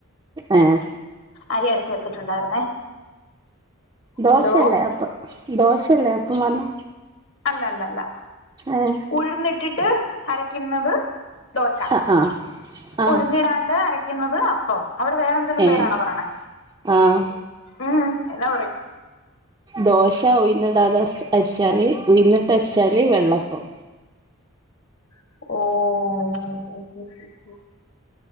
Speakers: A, on the right (about 20°); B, on the left (about 60°).
A: ഹ്ഏയ്
B: അരി അരച്ച് വെച്ചിട്ടുണ്ടായിരുന്നേ
A: ദോശയല്ലേ
B: എന്തോ
A: അപ്പം ദോശല്ലേ അപ്പം പർഞ്ഞേ
B: അല്ലെ ല്ലെ അല്ല
A: ഏഹ്
B: ഉഴിന്നിട്ടിട്ട് അരക്കിന്നത് ദോശ
A: ആഹ് ആഹ് ആഹ്
B: ഉഴുന്നിടാണ്ട് അരക്കുന്നത് അപ്പം അവിടെ വേറെ എന്തെലും
A: ഏഹ്
B: പേരാണോ പറിണേ
A: ആഹ്
B: ഉം എന്നാ പറയും
A: ദോശ ഉയന്നിടാതെ അരിച്ചാല്, ഉയന്നിട്ടരിച്ചാല് വെള്ളപ്പം.
B: ഓഓഓഓ ഉം ഉ